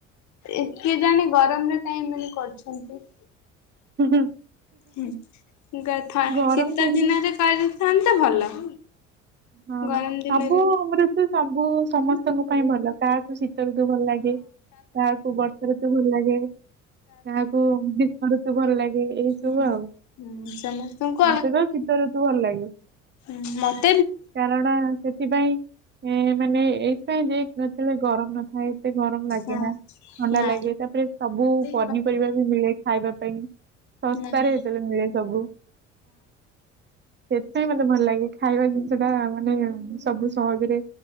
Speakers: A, on the left (about 50°); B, on the right (about 30°).
A: ଏତେ ଜଣେ ଗରମରେ କାହିଁ ମାନେ କରୁଛନ୍ତି।
B: ଉଁ ହୁଁ
A: ହୁଁ କି କଥା
B: ଗରମ
A: ଶୀତ
B: ଦିନେ
A: ଦିନରେ କରୁଥାନ୍ତେ ଭଲ।
B: ହଁ
A: ଗରମ ଦିନରେ
B: ସବୁ
A: ହଁ
B: ଋତୁ ସବୁ ସମସ୍ତଙ୍କ ପାଇଁ ଭଲ କାହାକୁ ଶୀତଋତୁ ଭଲ ଲାଗେ। କାହାକୁ ବର୍ଷାଋତୁ ଭଲ ଲାଗେ। କାହାକୁ ଗ୍ରୀଷ୍ମ ଋତୁ ଭଲ ଲାଗେ। ଏଇ
A: ହୁଁ
B: ସବୁ ଆଉ।
A: ହୁଁ ସମସ୍ତଙ୍କୁ
B: ମତେ ତ ଶୀତ ଋତୁ ଭଲ ଲାଗେ।
A: ଏ ମତ୍
B: କାରଣ ସେଥିପାଇଁ ଏ ମାନେ ଏଇଥିପାଇଁ ଯେ ସେତେବେଳେ ଗରମ ନଥାଏ। ହଁ ଏତେ ଗରମ ଲାଗେ
A: ହଁ
B: ନା ଥଣ୍ଡା
A: ନା
B: ଲାଗେ। ତାପରେ ସବୁ
A: ହଁ
B: ପନିପରିବା ବି ମିଳେ। ଖାଇବା ପାଇଁ ଶସ୍ତାରେ
A: ନା ହଁ
B: ହେତେବେଳେ ମିଳେ ସବୁ। ସେଥିପାଇଁ ମତେ ଭଲ ଲାଗେ ଖାଇବା ଜିନିଷ। ସେଟା ମାନେ ସବୁ ସହଜରେ